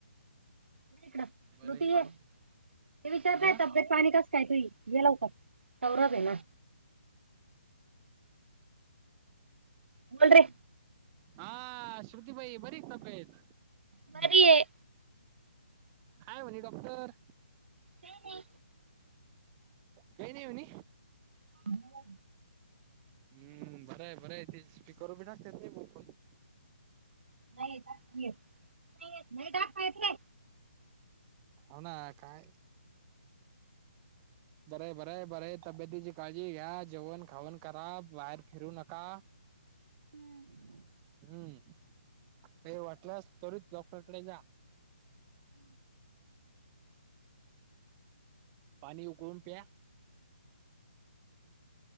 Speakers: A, on the right; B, on the right.
A: नाही का स्मृती
B: बरे
A: या ते विचारतय
B: अ
A: तब्येत पाणी कसं काय तुझी. ये लवकर चौरब ये ना. बोल रे
B: हा श्रुतीबाई बरी का तब्येत
A: बरी ये.
B: काय म्हणे डॉक्टर?
A: काय नाही.
B: काही नाही म्हणे.
A: ह्.
B: हम्म बरं आहे बरं आहे ते स्पीकर वर राहतंय मगं फोन
A: नाहीे दाखवली ये, नाही दाखवत रे.
B: होना काय. बरे बरे बरे तब्येतीची काळजी घ्या, जेवण खावन करा बाहेर फिरू नका. हम्म काही वाटलंस तरीच डॉक्टरकडे जा. पाणी उकळून प्या.